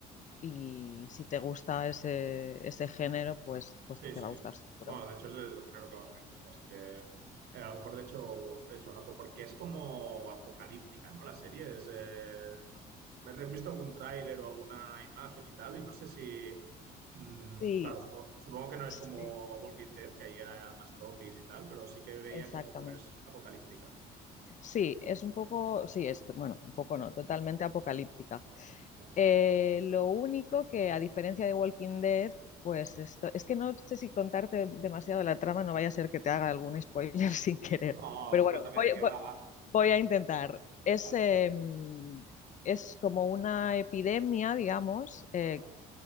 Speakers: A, on the left; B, on the right.
A: y si te gusta ese, ese género, pues, pues
B: Sí,
A: te
B: sí.
A: va a gustar seguro.
B: Bueno, de hecho es el género que más me gusta, así que eh, a lo mejor le echo, le echo un ojo, porque es como apocalíptica, ¿no? La serie es... eh, no- me he visto algún tráiler o alguna imagen y tal, y no sé si... mm,
A: Sí,
B: claro, supongo, supongo que no
A: Sí,
B: es como Walking Dead, que ahí era más zombies y tal, pero sí que veía
A: exactamente.
B: como que es apocalíptica.
A: Sí, es un poco, sí, es, bueno, un poco no, totalmente apocalíptica.
B: Vale.
A: Eh, lo único que, a diferencia de Walking Dead, pues esto, es que no sé si contarte demasiado la trama, no vaya a ser que te haga algún spoiler <laughs> sin querer.
B: No,
A: Pero
B: tú
A: bueno,
B: cuéntame
A: voy,
B: de qué va.
A: voy- voy a intentar. Es,
B: Vale.
A: em, es como una epidemia, digamos, eh,
B: Vale.